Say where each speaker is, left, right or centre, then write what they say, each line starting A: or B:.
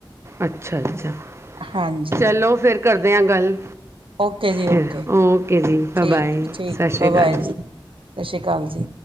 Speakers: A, on the right (about 30°); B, on the right (about 80°).
A: ਅੱਛਾ ਅੱਛਾ
B: ਹਾਂਜੀ
A: ਚਲੋ ਫਿਰ ਕਰ ਗੱਲ ਕਰਦੇ ਹਾ ਗੱਲ
B: ਓਕੇ ਜੀ ਓਕੇ
A: ਫਿਰ ਓਕੇ ਜੀ
B: ਠੀਕ
A: ਬਾਏ
B: ਠੀਕ
A: ਸਤਿ ਸ਼੍ਰੀ
B: ਬਾਏ
A: ਅਕਾਲ
B: ਬਾਏ ਜੀ ਸਤਿ ਸ਼੍ਰੀ ਅਕਾਲ ਜੀ